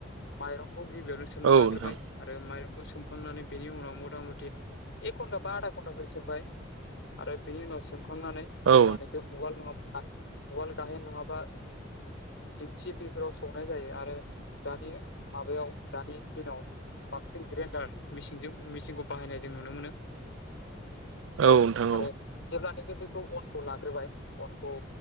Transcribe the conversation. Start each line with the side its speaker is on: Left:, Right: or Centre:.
Left: माइरंखौ गिबियावनो सोमना
Right: औ
Left: लाग्रोबाय
Right: नोंथां
Left: आरो माइरंखौ सोमखांनानै बेनि उनाव मथा मथि एक घन्टा बा आधा घन्टाफोर सोमबाय आरो बिनि उनाव सोमखांनानै जेब्लानोखि
Right: औ
Left: उवाल नङाबा वाल गाहेन नङाबा दिंखि बेफोराव सौनाय जायो आरो दानि माबायाव दानि दिनाव बांसिन ग्रेन्डार मिसिनजों मिसिनखौ बाहायनाय जों नुनो मोनो
Right: नोंथां
Left: आरो जेब्लानोाखि बेखौ अनखौ लाग्रोबाय अनखौ